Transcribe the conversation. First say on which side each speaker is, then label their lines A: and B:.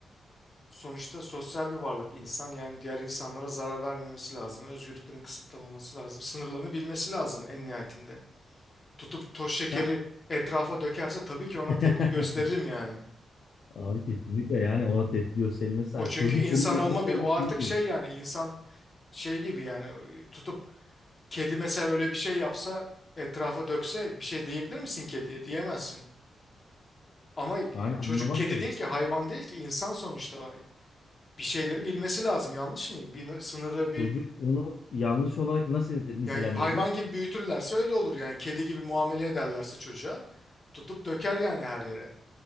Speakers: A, on the left (about 25°); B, on the left (about 55°).
A: sonuçta sosyal bir varlık insan yani diğer insanlara zarar vermemesi lazım. Özgürlüklerini kısıtlamaması lazım. Sınırlarını bilmesi lazım en nihayetinde. Tutup toz şekeri
B: Sen...
A: etrafa dökerse tabii ki ona
B: <laughs>
A: tepki gösteririm yani.
B: Abi kesinlikle yani ona tepki gösterilmesi.
A: O
B: yani
A: çünkü
B: çocuk
A: insan
B: onun yanlış
A: olma
B: olduğunu
A: bir o artık
B: biliyor.
A: şey yani insan şey gibi yani tutup kedi mesela öyle bir şey yapsa etrafa dökse bir şey diyebilir misin kediye? Diyemezsin. Ama
B: Yani anlamaz
A: çocuk kedi
B: derim.
A: değil ki hayvan değil ki insan sonuçta bir şeyleri bilmesi lazım yanlış mıyım? Bir sınırı bir
B: Çocuk onu yanlış olarak nasıl nite- nitelendirecek?
A: Yani hayvan gibi büyütürlerse öyle olur yani. Kedi gibi muamele ederlerse çocuğa tutup döker yani her yere.